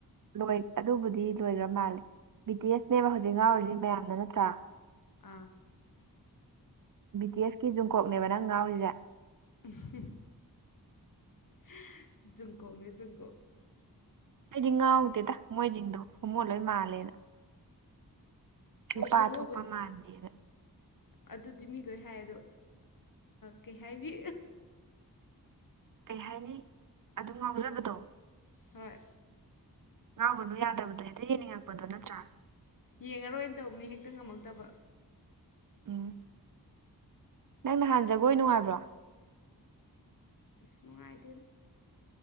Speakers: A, on the right; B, on the left.
A: ꯂꯣꯏ ꯑꯗꯨꯕꯨꯗꯤ ꯂꯣꯏꯈ꯭ꯔ ꯃꯥꯜꯂꯦ ꯕꯤ ꯇꯤ ꯑꯦꯁꯅꯦꯕ ꯍꯧꯖꯤꯛ ꯉꯥꯎꯔꯤꯁꯤ ꯃꯌꯥꯝꯅ ꯅꯠꯇ꯭ꯔꯥ
B: ꯑꯥ
A: ꯕ꯭ꯔꯤꯇꯤꯁꯀꯤ ꯖꯨꯝꯀꯣꯛꯅꯦꯕ ꯅꯪ ꯉꯥꯎꯔꯤꯁꯦ
B: ꯎ <unintelligible>
A: ꯑꯩꯗꯤ ꯉꯥꯎꯗꯦꯗ ꯃꯣꯏꯗꯤꯡꯗꯣ ꯍꯨꯃꯣ ꯂꯣꯏ ꯃꯥꯜꯂꯦꯅ
B: ꯍꯣ
A: ꯅꯨꯄꯥ
B: ꯍꯣꯃꯣꯕꯨ
A: ꯊꯣꯛꯄ ꯃꯥꯥꯟꯗꯦꯗ
B: ꯑꯗꯨꯗꯤ ꯃꯤ ꯂꯣꯏ ꯍꯥꯏ ꯑꯗꯣ ꯀꯩ ꯍꯥꯏꯅꯤ
A: ꯀꯩ ꯍꯥꯏꯅꯤ ꯑꯗꯨ ꯉꯥꯎꯖꯕꯗꯣ
B: ꯍꯣꯏ
A: ꯉꯥꯎꯒꯅꯨ ꯌꯥꯗꯕꯗꯣ ꯍꯦꯛꯇ ꯌꯦꯡꯅꯤꯡꯉꯛꯄꯗꯣ ꯅꯠꯇ꯭ꯔꯥ
B: ꯌꯦꯡꯉꯔꯣꯏꯅ ꯇꯧꯕꯅꯤ ꯍꯦꯛꯇ ꯉꯝꯃꯛꯇꯕ
A: ꯎꯝ ꯅꯪ ꯅꯍꯥꯟꯖꯒꯣꯏ ꯅꯨꯡꯉꯥꯏꯕ꯭ꯔꯣ
B: ꯏꯁ ꯅꯨꯡꯉꯥꯏꯇꯦꯗ